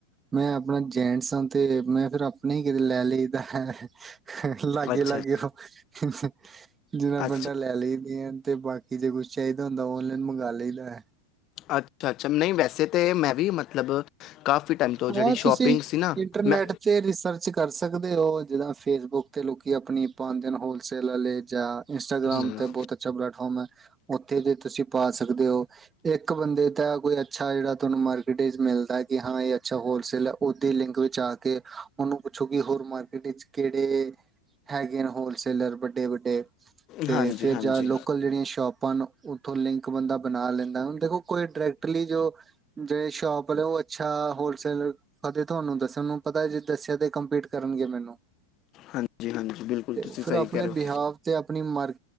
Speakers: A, on the right; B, on the left.
A: ਮੈਂ ਆਪਣਾ ਜੇਟਸ ਆਂ ਤੇ ਮੈਂ ਫਿਰ ਆਪਣੇ ਹੀ ਕਿਤੇ ਲੈ ਲਈਦਾ ਐ। <unintelligible> <unintelligible> ਲਾਗੇ
B: ਅੱਛਾ
A: ਲਾਗੇ ਹੋਂ <inaudible> ਜੀਨਾਂ ਪੇਂਟਾਂ
B: ਅੱਛਾ
A: ਲੈ ਲਈਦੀਆਂ ਅਨ ਤੇ ਬਾਕੀ ਜੇ ਕੁਛ ਚਾਈਦਾ ਹੁੰਦਾ ਔਨਲਾਈਨ ਮੰਗਾ ਲਈ ਦਾ <unintelligible>
B: ਅੱ ਅੱਛਾ ਅੱਛਾ, ਨਈਂ ਵੈਸੇ ਤੇ ਮੈਂ ਵੀ ਮਤਲਬ। ਕਾਫੀ ਟਾਈਮ ਤੋਂ
A: ਹਾਂ,
B: ਜਿਹੜੀ ਸ਼ਾਪਿੰਗ
A: ਤੁਸੀਂ
B: ਸੀ ਨਾ
A: ਇੰਟਰਨੈਟ
B: ਮੈਂ
A: ਤੇ ਰਿਸਰਚ ਕਰ ਸਕਦੇ ਹੋ, ਜਿੱੜਾ ਫੇਸਬੁੱਕ ਤੇ ਲੋਕੀ ਆਪਣੀ ਪਾਂਦੇ ਹੋਲਸੇਲ ਵਾਲੇ ਜਾਂ ਇੰਸਟਾਗ੍ਰਾਮ
B: ਹਮ,
A: ਤੇ ਬਹੁਤ ਅੱਛਾ ਪਲੇੈਟਫਾਰਮ ਐ, ਉੱਥੇ ਜੇ ਤੁਸੀਂ ਪ ਪਾ ਸਕਦੇ ਹੋ। ਇੱਕ ਬੰਦੇ ਦਾ ਕੋਈ ਅੱਛਾ ਜਿਹੜਾ ਤੁਹਾਨੂੰ ਮਾਰਕੀਟ ਰੇਟ ਮਿਲਦਾ ਕਿ ਹਾਂ ਇਹ ਅੱਛਾ ਹੋਲਸੇਲ ਹੈ ਓਦੇ ਲਿੰਕ ਵਿੱਚ ਆ ਕੇ ਉਹਨੂੰ ਪੁੱਛੋ ਕਿ ਹੋਰ ਮਾਰਕੀਟ ਵਿੱਚ ਕਿਹੜੇ ਹੈਗੇ ਨੇ ਹੋਲਸੇਲਰ ਵੱਡੇ-ਵੱਡੇ ਤੇ
B: ਹਾਂਜੀ
A: ਫਿਰ
B: ਹਾਂਜੀ
A: ਜਾਂ ਲੋਕਲ ਜਿਹੜੀਆਂ ਸ਼ੋਪਾਂ ਨੂੰ ਉੱਥੋਂ ਲਿੰਕ ਬੰਦਾ ਬਣਾ ਲੈਂਦਾ ਦੇਖੋ, ਕੋਈ ਡਾਇਰੈਕਟਲੀ ਜੋ ਜ ਸ਼ੋਪ ਉਹ ਅੱਛਾ ਹੋ ਕਦੇ ਤੁਹਾਨੂੰ ਦੱਸਣ ਨੂੰ ਪਤਾ ਜੇ ਦੱਸਿਆ ਤੇ ਕੰਪੀਟ ਕਰਨਗੇ ਮੈਨੂੰ
B: ਹਾਂਜੀ ਹਾਂਜੀ ਬਿਲਕੁਲ
A: ਤੇ
B: ਤੁਸੀਂ
A: ਫਿਰ
B: ਸਹੀ
A: ਆਪਣੇ
B: ਕਹਿ ਰਹੇ ਹੋ
A: ਬਿਹਾਵ ਤੇ ਆਪਣੀ ਮਾਰ